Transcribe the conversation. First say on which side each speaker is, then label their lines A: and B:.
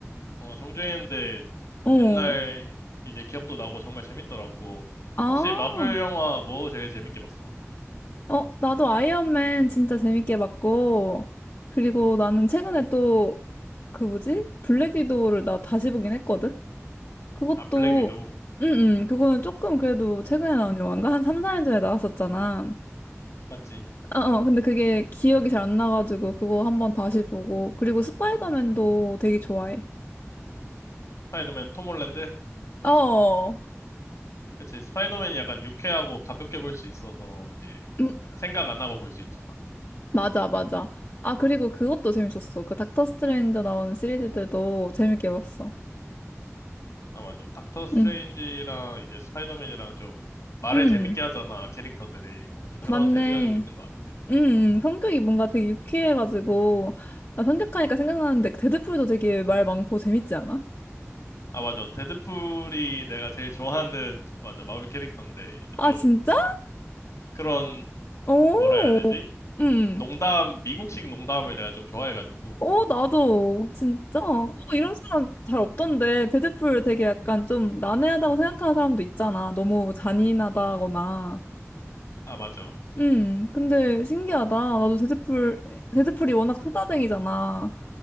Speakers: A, on the left; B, on the left.
A: 어, 정주행인데
B: 어.
A: 옛날 이제 기억도 나고 정말 재밌더라고.
B: 아.
A: 혹시 마블 영화 뭐 제일 재밌게 봤어?
B: 어, 나도 아이언맨 진짜 재밌게 봤고. 그리고 나는 최근에 또, 그 뭐지? 블랙 위도우를 나 다시 보긴 했거든? 그것도,
A: 아, 블랙 위도우.
B: 응, 응. 그거는 조금 그래도 최근에 나온 영화인가? 한 3, 4년 전에 나왔었잖아.
A: 맞지?
B: 아, 어, 어, 근데 그게 기억이 잘 안 나가지고 그거 한번 다시 보고 그리고 스파이더맨도 되게 좋아해.
A: 스파이더맨 톰 홀랜드?
B: 어,
A: 그치? 스파이더맨이 약간 유쾌하고 가볍게 볼 수 있어서 이제
B: 음,
A: 약간 생각 안 하고 볼 수 있잖아.
B: 맞아, 맞아. 아, 그리고 그것도 재밌었어. 그 닥터 스트레인저 나오는 시리즈들도 재밌게 봤어.
A: 아, 맞아. 닥터 스트레인지랑
B: 응,
A: 이제 스파이더맨이랑 좀 말을
B: 응,
A: 재밌게 하잖아, 캐릭터들이. 그래서 그런
B: 맞네.
A: 재미가 좀 있는 것 같아.
B: 응, 성격이 뭔가 되게 유쾌해가지고 아, 생하니까 생각나는데 그 데드풀도 되게 말 많고 재밌지 않아?
A: 아, 맞아. 데드풀이 내가 제일 좋아하는, 맞아, 마블 캐릭터인데, 이제
B: 아,
A: 좀
B: 진짜?
A: 그런,
B: 오,
A: 뭐라 해야 되지?
B: 응.
A: 농담, 미국식 농담을 내가 좀 좋아해가지고.
B: 어, 나도, 진짜. 어, 이런 사람 잘 없던데. 데드풀 되게 약간 좀 난해하다고 생각하는 사람도 있잖아. 너무 잔인하다거나.
A: 아, 맞아.
B: 음, 근데 신기하다. 나도 데드풀, 데드풀이 워낙 소다쟁이잖아.